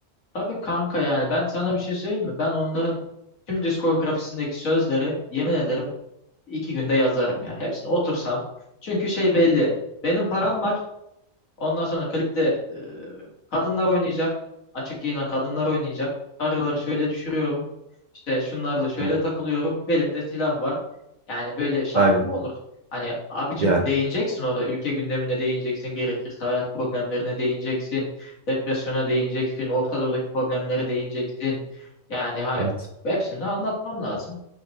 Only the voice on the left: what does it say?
Tabii kanka yani ben sana bir şey söyleyeyim mi? Ben onların tüm diskografisindeki sözleri yemin ederim iki günde yazarım ya. Hepsini otursam. Çünkü şey belli. Benim param var. Ondan sonra klipte e, kadınlar oynayacak. Açık giyinen kadınlar oynayacak. Karıları şöyle düşürüyorum. İşte şunlarla şöyle
takılıyorum. Belimde silah var. Yani böyle şarkı
mı olur? Hani abicim
değineceksin orada. Ülke gündemine değineceksin. Gerekirse hayat problemlerine değineceksin. Depresyona değineceksin. Orta Doğu'daki problemlere değineceksin. Yani hayır.
Hepsini de anlatman lazım.